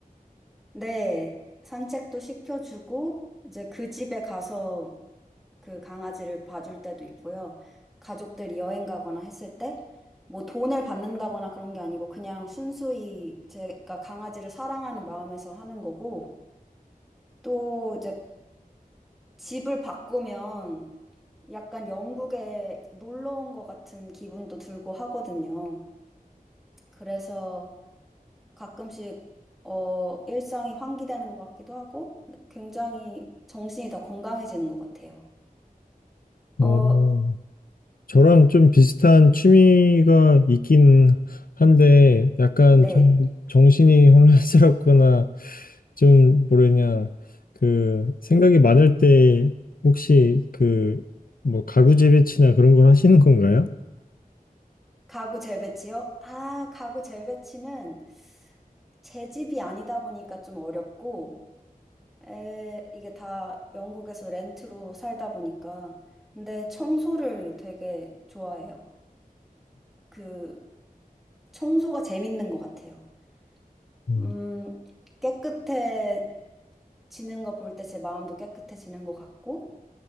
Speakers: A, in the centre; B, on the left.
A: 네, 산책도 시켜주고, 이제 그 집에 가서 그 강아지를 봐줄 때도 있고요. 가족들이 여행 가거나 했을 때, 뭐 돈을 받는다거나 그런 게 아니고, 그냥 순수히 제가 강아지를 사랑하는 마음에서 하는 거고, 또 이제 집을 바꾸면 약간 영국에 놀러 온 것 같은 기분도 들고 하거든요. 그래서 가끔씩 어, 일상이 환기되는 것 같기도 하고 굉장히 정신이 더 건강해지는 것 같아요.
B: 어,
A: 어,
B: 저랑 좀 비슷한 취미가 있긴 한데, 약간
A: 네.
B: 좀 정신이 <laughs> 혼란스럽거나, 좀 뭐랬냐, 그, 생각이 많을 때, 혹시 그, 뭐, 가구 재배치나 그런 걸 하시는 건가요?
A: 가구 재배치요? 아, 가구 재배치는 제 집이 아니다 보니까 좀 어렵고 에, 이게 다 영국에서 렌트로 살다 보니까 근데 청소를 되게 좋아해요. 그 청소가 재밌는 것 같아요.
B: 음.
A: 음, 깨끗해 지는 거 볼 때 제 마음도 깨끗해지는 것 같고